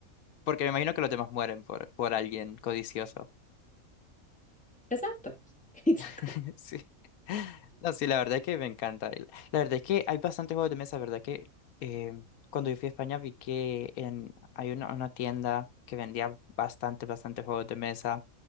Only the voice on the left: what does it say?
porque me imagino que los demás mueren por, por alguien codicioso.
<laughs> Sí. No, sí, la verdad es que me encanta. El- La verdad es que hay bastantes juegos de mesa, ¿verdad? Que eh, cuando yo fui a España vi que en, hay una, una tienda que vendía bastante, bastante juegos de mesa.